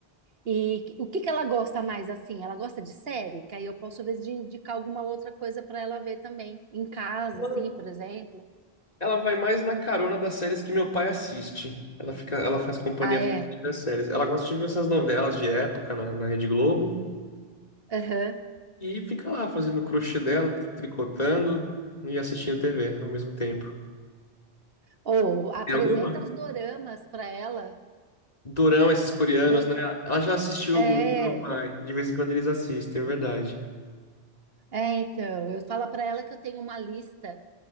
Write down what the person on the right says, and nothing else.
E que- o que que ela gosta mais assim? Ela gosta de série? Que aí eu posso, às vezes, de- indicar alguma outra coisa para ela ver também, em casa,
assim, por exemplo.
Ah, é?
Aham.
Ou apresenta
os doramas para ela.
Do-
É,
é, então, eu falo para ela que eu tenho uma lista